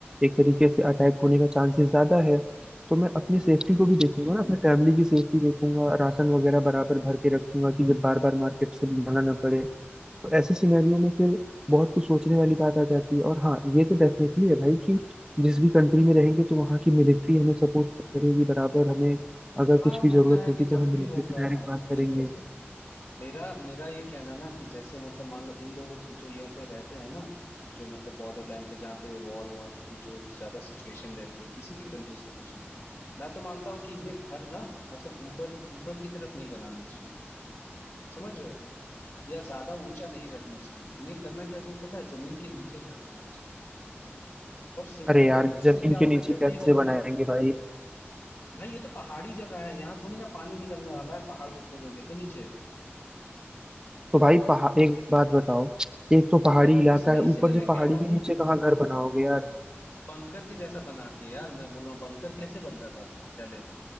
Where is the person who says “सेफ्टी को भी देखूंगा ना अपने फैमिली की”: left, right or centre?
Right